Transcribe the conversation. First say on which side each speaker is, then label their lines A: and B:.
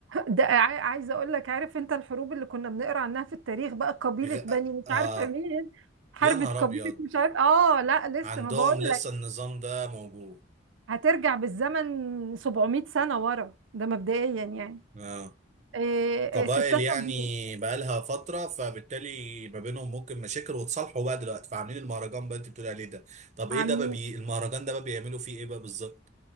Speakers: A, on the right; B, on the right.
A: ده عا- عايزه اقول لك عارف انت الحروب اللي كنا بنقرا عنها في التاريخ بقى قبيله
B: غ...
A: بني مش
B: اه
A: عارفه مين حربه
B: يا نهار
A: قبيله
B: ابيض
A: مش عارف اه لا لسه
B: عندهم
A: ما بقول
B: لسه
A: لك
B: النظام ده موجود
A: هترجع بالزمن 700 سنه ورا ده مبدئيا يعني
B: اه
A: إيه
B: قبائل
A: إيه، ستاتهم
B: يعني
A: بي-
B: بقالها فترة فبالتالي ما بينهم ممكن مشاكل وتصالحوا بقى دلوقتي فعاملين المهرجان بقى انت بتقولي عليه ده طب
A: عاملين
B: ايه ده بقى بي... المهرجان ده بقى بيعملوا فيه ايه بقى بالظبط